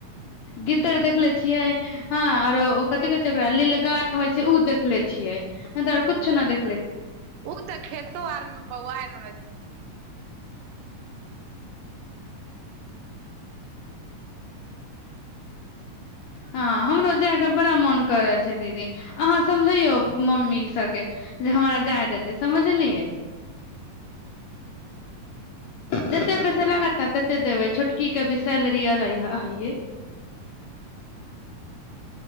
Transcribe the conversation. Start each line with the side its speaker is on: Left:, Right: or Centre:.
Left: गिद्दार देखले छियै हँ आरो ओकति करा लीलगाय होइ छै देख ले छियै ह दरकछु
Right: ह
Left: ने देख
Right: ओ तऽ खेतो आर मे बौआइ रह छै
Left: हँ हमरो जायके बड़ा मोन करै छै दीदी अहाँ समझैौ मम्मी सभके जे हमरा जाय देतै समझलियै जतेक पैसा लागत ने तत देबै छोटकीके भी सैलरी हय